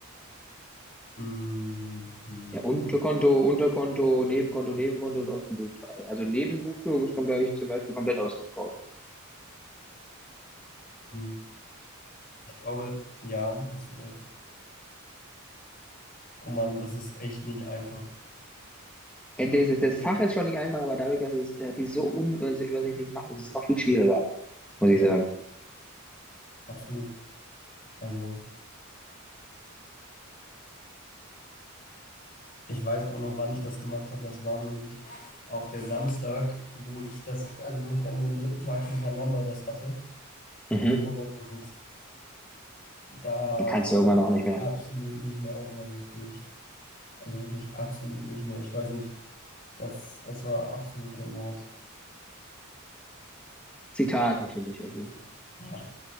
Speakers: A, on the left; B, in the centre.
A: Mm, mhm,
B: Ja, Unterkonto,
A: mhm,
B: Unterkonto, Nebenkonto, Nebenkonto ist ausgebucht. Also Nebenbuchführung ist, glaube ich, zum Beispiel komplett ausgegraut.
A: mhm. Ich glaube, ja, hast du recht. Oh Mann, das ist echt nicht einfach.
B: Äh, Das, das Fach ist schon nicht einfach, aber dadurch, dass es, dass sie es so unübersichtlich machen, ist es noch viel schwieriger, muss ich
A: Ja,
B: sagen.
A: absolut. Also. Ich weiß auch noch, wann ich das gemacht habe. Das war nämlich auch der Samstag, wo ich das, also wo ich dann den dritten Tag hintereinander das hatte.
B: Mhm.
A: Und da
B: Da kannst du
A: war
B: ja irgendwann
A: ich
B: auch nicht mehr.
A: absolut nicht mehr aufnahmefähig. Also wirklich absolut nicht mehr. Ich weiß nicht, das, das war absolut der Mord.
B: Zitat natürlich, also
A: Ja,